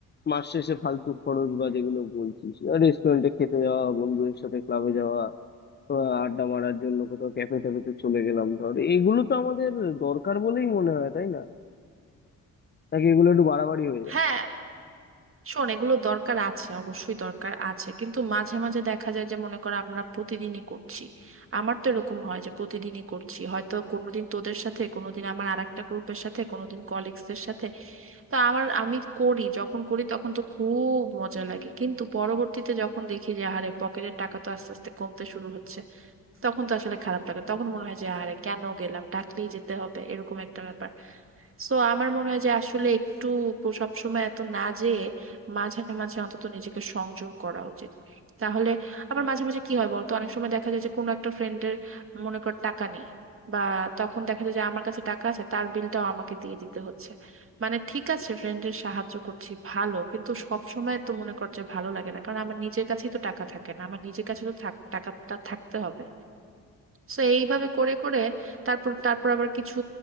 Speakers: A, on the left; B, on the right.
A: মাস শেষে ফালতু খরচ বা যেগুলো বলছিস রেস্টুরেন্টে খেতে যাওয়া বন্ধুদের সাথে ক্লাবে যাওয়া আহ, আড্ডা মারার জন্য কোথাও ক্যাফে ট্যাফেতে চলে গেলাম ধর এগুলো তো আমাদের দরকার বলেই মনে হয় তাই না নাকি এগুলো একটু বাড়াবাড়ি হয়ে যাচ্ছে
B: হ্যাঁ শোন এগুলো দরকার আছে অবশ্যই দরকার আছে কিন্তু মাঝে মাঝে দেখা যায় যে মনে করো আমরা প্রতিদিনই করছি আমার তো এরকম হয় যে প্রতিদিনই করছি হয়তো কোনোদিন তোদের সাথে কোনোদিন আমার আরেকটা গ্রুপের সাথে কোনোদিন কলিগসদের সাথে তো আমার আমি করি যখন করি তখন তো খুব মজা লাগে কিন্তু পরবর্তীতে যখন দেখি যে আহারে পকেটের টাকা তো আস্তে আস্তে কমতে শুরু হচ্ছে তখন তো আসলে খারাপ লাগে তখন মনে হয় যে আরে কেন গেলাম ডাকলেই যেতে হবে এরকম একটা ব্যাপার সো আমার মনে হয় যে আসলে একটু প- সবসময় এত না যেয়ে মাঝে মাঝে অন্তত নিজেকে সংযম করা উচিত তাহলে আবার মাঝে মাঝে কি হয় বলতো অনেক সময় দেখা যায় যে কোনো একটা ফ্রেন্ডের মনে কর টাকা নেই বা তখন দেখা যায় যে আমার কাছে টাকা আছে তার বিলটাও আমাকে দিয়ে দিতে হচ্ছে মানে ঠিক আছে ফ্রেন্ডের সাহায্য করছি ভালো কিন্তু সব সময় তো মনে কর যে ভালো লাগে না কারণ আমার নিজের কাছেই তো টাকা থাকে না আমার নিজের কাছে তো থাক- টাকাটা থাকতে হবে তো এইভাবে করে করে তারপর তারপর আবার কিছু